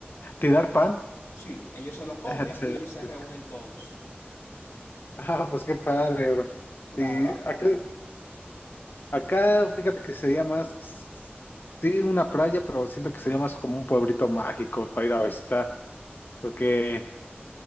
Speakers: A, on the left (about 55°); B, on the left (about 85°).
A: ¿Tirar pan?
B: Sí, ellos se lo comen
A: <laughs> Excelente.
B: y ellos se reúnen todos.
A: Ah, pues qué padre, bro.
B: Claro,
A: Y acá, acá, fíjate que sería más, sí, una playa, pero siento que sería más como un pueblito mágico para ir a visitar, porque